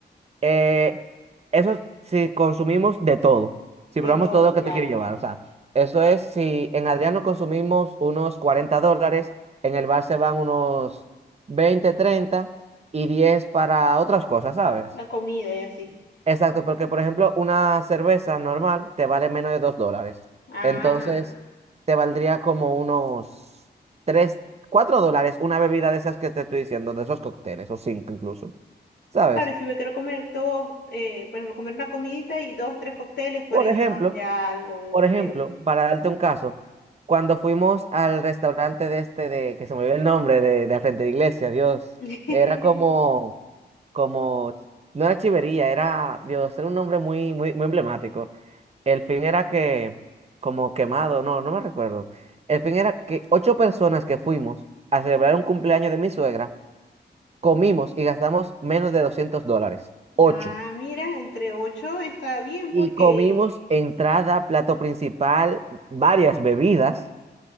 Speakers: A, on the right (about 35°); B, on the left (about 70°).
A: eh, eso si consumimos de todo, si
B: de
A: probamos
B: todo,
A: todo lo que
B: claro.
A: te quiero llevar. O sea, eso es si en Adriano consumimos unos 40 dólares, en el bar se van unos 20, 30 y 10 para otras cosas, ¿sabes?
B: La comida y así.
A: Exacto, porque por ejemplo una cerveza normal te vale menos de 2 dólares.
B: Ah,
A: Entonces te valdría como unos 3, 4 dólares una bebida de esas que te estoy diciendo, de esos cócteles, o 5 incluso, ¿sabes?
B: claro, y si me quiero comer dos, eh, por ejemplo, comer una comidita y dos, tres cócteles, por
A: Por
B: ahí
A: ejemplo...
B: se van ya algo de
A: Por
B: dinero.
A: ejemplo, para darte un caso, cuando fuimos al restaurante de este, de, que se me olvidó el nombre, de, de al frente de la iglesia, Dios,
B: <laughs>
A: era como, como, no era chivería, era, Dios, era un nombre muy, muy, muy emblemático. El fin era que, como quemado, no, no me recuerdo. El fin era que ocho personas que fuimos a celebrar un cumpleaños de mi suegra, comimos y gastamos menos de 200 dólares. Ocho.
B: Ah, mira, entre ocho está bien
A: Y
B: porque
A: comimos entrada, plato principal, varias bebidas